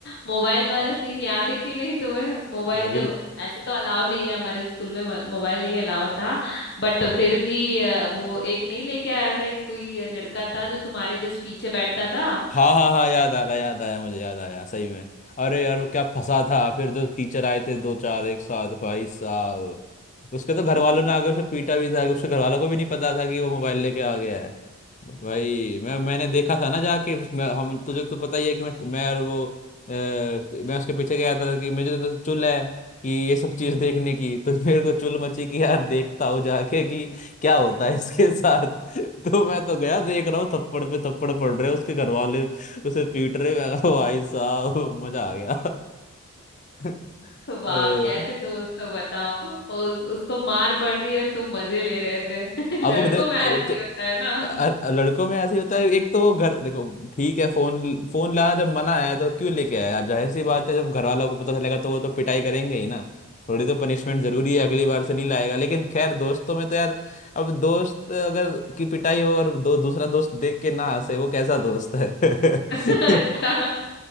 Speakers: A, on the left (about 50°); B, on the left (about 35°).
A: मोबाइल वाला सीन याद है कि नहीं तुम्हें मोबाइल
B: अभी
A: जब ऐसे तो अलाउ नहीं है हमारे स्कूल में म- मोबाइल नहीं अलाउ था बट फिर भी अ, वो एक नहीं लेके आया था एक कोई लड़का था जो तुम्हारे जस्ट पीछे बैठता था
B: हाँ हाँ हाँ याद आ रहा याद आया मुझे याद आया सही में अरे यार वो क्या फंसा था फिर जो टीचर आए थे दो चार एक साथ भाई साहब उसके तो घर
A: <laughs>
B: वालों ने आगे उसे पीटा भी था कि उसके घर वालों को भी नहीं पता था कि वो मोबाइल लेके आ गया है भाई मैं मैंने देखा था ना जाके उस- मैं, हम तुझे तो पता ही है कि मैं मैं और वो अ, मैं उसके पीछे गया था कि मुझे तो चुल है कि ये सब चीज देखने की तो मेरे को चुल मची कि यार देखता हूँ जाके कि क्या होता है इसके साथ तो मैं तो गया देख रहा हूँ थप्पड़ पे थप्पड़ पड़ रहे हैं उसके घर वाले उसे पीट रहे हैं। मैं कहा, भाई साहब मजा आ गया <laughs>
A: वाह
B: अ,
A: कैसे दोस्त हो बताओ उस, उसको मार पड़ रही है तुम मजे ले रहे थे <laughs>
B: अब
A: लड़कों
B: वो दे-
A: में ऐसे
B: अब तो
A: ही होता है ना
B: अ- अ- लड़कों में ऐसे ही होता है एक तो वो घर देखो ठीक है फोन फोन लाना जब मना है तो क्यों लेके आए अब जाहिर सी बात है जब घर वालों को पता चलेगा तो वो तो पिटाई करेंगे ही ना थोड़ी तो पनिशमेंट जरूरी है अगली बार से नहीं लाएगा लेकिन खैर दोस्तों में तो यार अब दोस्त अगर की पिटाई हो और दो दूसरा दोस्त देख के ना हंसे वो कैसा दोस्त है <laughs>
A: <laughs> अच्छा